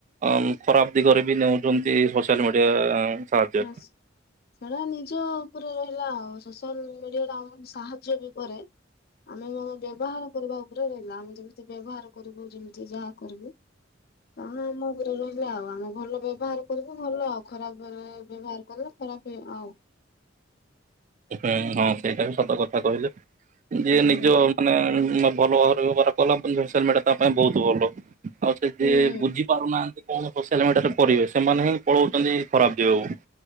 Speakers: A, on the right; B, on the left.
A: ଅମ୍ ଖରାପ ଦିଗରେ ବି ନେଉଛନ୍ତି ସୋସିଆଲ ମିଡିଆ ସାହାଯ୍ୟରେ।
B: ବସ୍ ସେଟା ନିଜ ଉପରେ ରହିଲା ଆଉ ସୋସିଆଲ ମିଡିଆ ଟା ଆମକୁ ସାହାଯ୍ୟ ବି କରେ। ଆମେ ମାନେ ବ୍ୟବହାର କରିବା ଉପରେ ରହିଲା ଆମେ ଯେମିତି ବ୍ୟବହାର କରିବୁ ଯେମିତି ଯାହା କରିବୁ। ହଁ ଆମ ଉପରେ ରହିଲା ଆଉ ଆମେ ଭଲ ବ୍ୟବହାର କରିବୁ ଭଲ ଆଉ ଖରାପରେ ବ୍ୟବହାର କଲେ ଖରାପେ ଆ
A: ପାଇଁ ହଁ ସେଇଟା ବି ସତ କଥା କହିଲେ। ଯିଏ
B: ହୁଁ
A: ନିଜ ମାନେ ଭଲ ଭାବରେ ବ୍ୟବହାର କଲା ସୋସିଆଲ ମିଡିଆ ତା ପାଇଁ ବହୁତ ଭଲ ଆଉ ସେ ଯିଏ
B: ହୁଁ
A: ବୁଝି ପାରୁନାହାନ୍ତି କଣ ସୋସିଆଲ ମିଡିଆରେ କରିବେ ସେମାନେ ହିଁ ପଳଉଛନ୍ତି ଖରାପ ଦିଗକୁ।